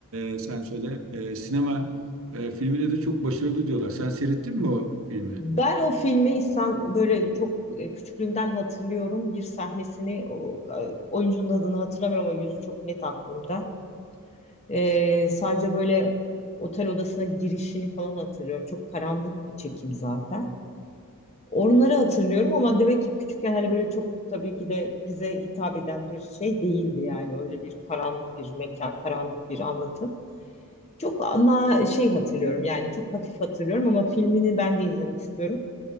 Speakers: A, on the right; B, on the left.
A: e, sen söyle e, sinema e, filmine de çok başarılı diyorlar. Sen seyrettin mi o filmi?
B: Ben o filmi İhsan böyle çok e, küçüklüğümden hatırlıyorum. Bir sahnesini o, e, oyuncunun adını hatırlamıyorum ama yüzü çok net aklımda. E, sadece böyle otel odasına girişini falan hatırlıyorum. Çok karanlık bir çekim zaten. Onları hatırlıyorum ama demek ki küçükken hani böyle çok tabii ki de bize hitap eden bir şey değildi yani öyle bir karanlık bir mekan, karanlık bir anlatım. Çok ana şey hatırlıyorum yani çok hafif hatırlıyorum ama filmini ben de izlemek istiyorum.